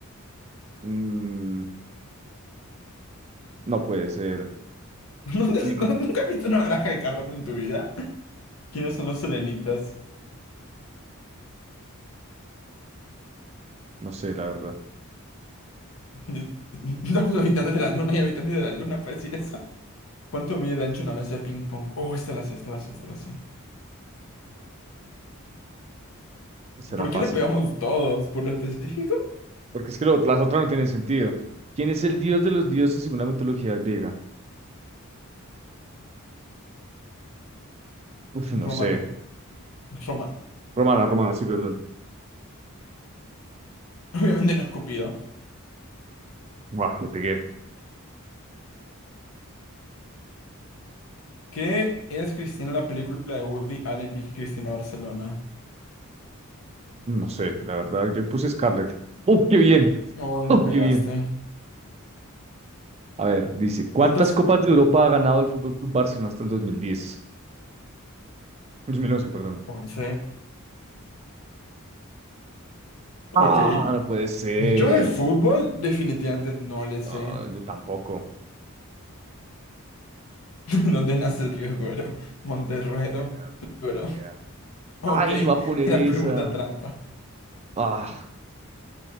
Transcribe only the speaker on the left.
<laughs> ¿Dónde-
no- ¿Nunca has visto una baraja de cartas en tu vida? ¿Quiénes son los selenitas?
<laughs> Los habitantes de la luna y habitantes de la luna para decir eso. ¿Cuánto mide de ancho una mesa de ping pong? Oh, esta la sé, esta la sé, esta la sé.
¿Por
qué le pegamos todos? ¿Por lo específico?
Romano.
Romano.
<laughs> Obviamente no escupido.
¿Qué es Cristina la película de Woody Allen, Vicky Cristina Barcelona?
Oh, le
pegaste.
¿Cuántas?
Once. Ok.
Yo de fútbol definitivamente no le sé.
<laughs> ¿Dónde nace el río Duero? Monterruedo.
Duero.
Ok.
<laughs>
Era
pregunta trampa.